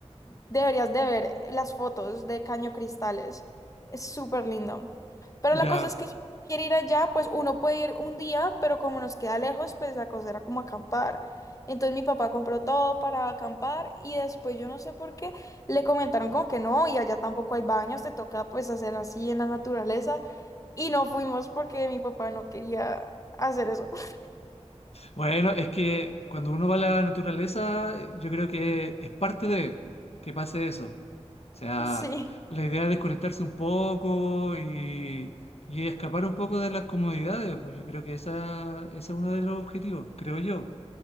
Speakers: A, on the left (about 30°); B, on the left (about 65°).
A: deberías de ver las fotos de Caño Cristales. Es súper lindo. Pero
B: Ya,
A: la cosa es que quiere ir allá, pues uno puede ir un día, pero como nos queda lejos, pues la cosa era como acampar. Entonces mi papá compró todo para acampar y después yo no sé por qué le comentaron como que no, y allá tampoco hay baños, te toca pues hacer así en la naturaleza. Y no fuimos porque mi papá no quería hacer eso. <laughs>
B: Bueno, es que cuando uno va a la naturaleza, eh, yo creo que es parte de que pase eso. O sea,
A: Sí,
B: la idea es desconectarse un poco y, y escapar un poco de las comodidades, pues yo creo que esa, ese es uno de los objetivos, creo yo.